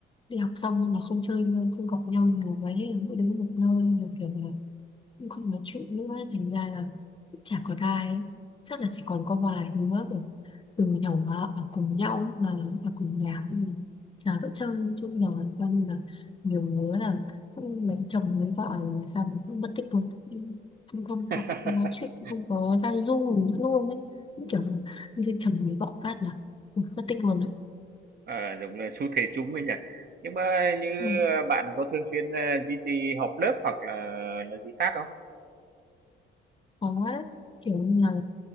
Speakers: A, on the left (about 25°); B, on the right (about 50°).
A: đi học xong nhưng mà không chơi nữa, không gặp nhau nhiều mấy ấy, mỗi đứa một nơi rồi kiểu là cũng không nói chuyện nữa ấy, thành ra là chả có ai ấy. chắc là chỉ còn có vài đứa rồi từ nhỏ ở cùng nhau mà ở cùng nhà cũng giờ vẫn chơi chung nhỏ coi như là nhiều đứa là cũng lấy chồng lấy vợ là sao mà cũng mất tích luôn không không
B: <laughs>
A: có nói chuyện không có giao du gì nữa luôn đấy Như kiểu là lấy chồng lấy vợ phát là ừ, mất tích luôn đấy
B: À, đúng là xu thế chung ấy nhỉ. Nhưng mà như,
A: ừ,
B: ờ, bạn có thường xuyên, ờ, duy trì họp lớp hoặc là là gì khác không?
A: khó đấy kiểu như là